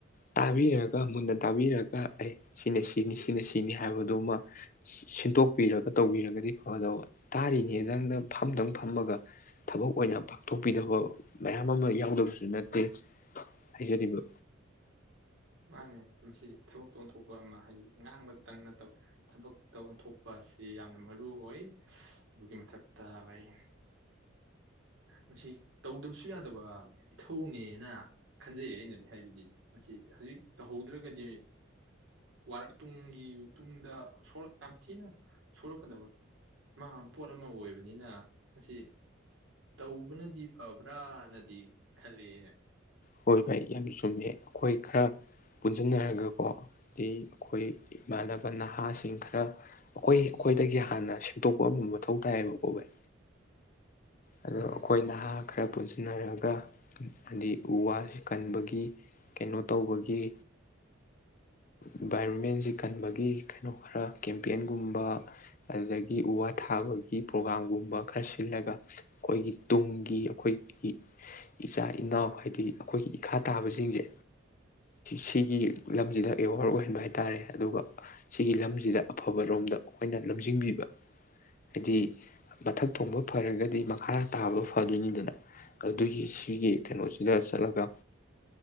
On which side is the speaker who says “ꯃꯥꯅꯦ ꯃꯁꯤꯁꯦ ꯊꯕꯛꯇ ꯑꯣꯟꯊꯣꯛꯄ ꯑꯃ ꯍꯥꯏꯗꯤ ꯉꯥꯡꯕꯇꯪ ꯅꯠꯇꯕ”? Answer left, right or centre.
Right